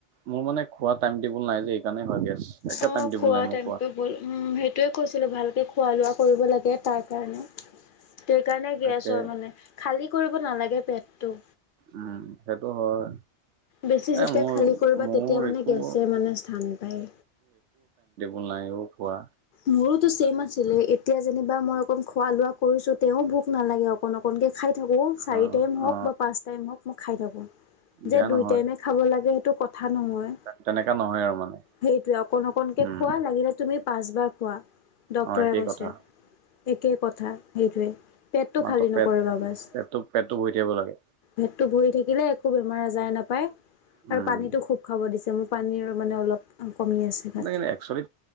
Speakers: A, on the right; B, on the left.
A: মোৰ মানে খোৱাত। টাইম টেবল নাই যে সেইকাৰণে হয় গেছ। একে
B: অ
A: টাইম টেবুল
B: খোৱা
A: নাই মোৰ
B: টাইম টেবল। উম সেইটোৱে কৈছিলো ভালকে খোৱা লোৱা কৰিব লাগে তাৰ কাৰণে। <unintelligible> কাৰণে
A: তাকে
B: গেছ হয় মানে খালী কৰিব নালাগে পেটটো।
A: উম সেইটো হয়।
B: বেছি যেতিয়া
A: এ মোৰ
B: খালী কৰিবা
A: মোৰ
B: তেতিয়া মানে
A: একো
B: গেছে মানে স্থান পায়।
A: ওলাই অ পুৱা।
B: মোৰোতো ছেইম আছিলে এতিয়া যেনিবা মই। অকণ খোৱা লোৱা কৰিছোঁ তেওঁ ভোক নালাগে অকণ অকণকৈ খাই থাকোঁ চাৰি
A: অ
B: টাইম হওক
A: অ
B: বা পাঁচ টাইম হওক। মই খাই থাকো
A: বেয়া
B: যে দুই
A: নহয়
B: টাইমে খাব লাগে সেইটো ক <unintelligible> নমৰে
A: তেনেকা নহয় আৰু মানে
B: সেইটোৱে অকন অকনকে
A: উম
B: খোৱা লাগিলে তুমি পাঁচবাৰ। খোৱা। ডক্তৰে
A: অ একেই
B: কৈছে
A: কথা
B: একে কথা সেইটোৱে পেটটো
A: মাত্ৰ
B: খালী
A: পেট
B: নকৰিবা বাচ।
A: পেটটো পেটটো ভৰি থাকিব লাগে।
B: ভেটটো ভৰি থাকিলে একো বেমাৰ আজাৰে নাপায়।
A: উম
B: আৰু পানীটো খুব খাব দিছে মোৰ পানীৰ মানে অলপ কমি আছে গাত।
A: কিন্তু একচুৱেলি